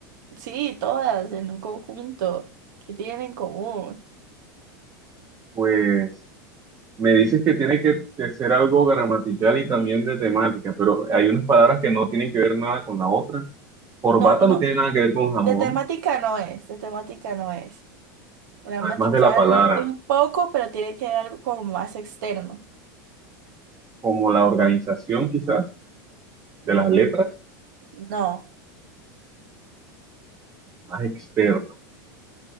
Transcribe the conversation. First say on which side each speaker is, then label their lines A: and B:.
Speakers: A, on the right (about 65°); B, on the right (about 30°).
A: sí, todas en un conjunto que tienen en común.
B: pues me dices que tiene que, que ser algo gramatical y también de temática, pero hay unas palabras que no tienen que ver nada con la otra. Corbata
A: No, no,
B: no tiene nada que ver con jamón,
A: de temática no es, de temática no es. Gramatical
B: ajá, es más de la palabra,
A: un poco, pero tiene que haber algo como más externo.
B: como la organización quizás de
A: Mm,
B: las letras,
A: No.
B: más externo.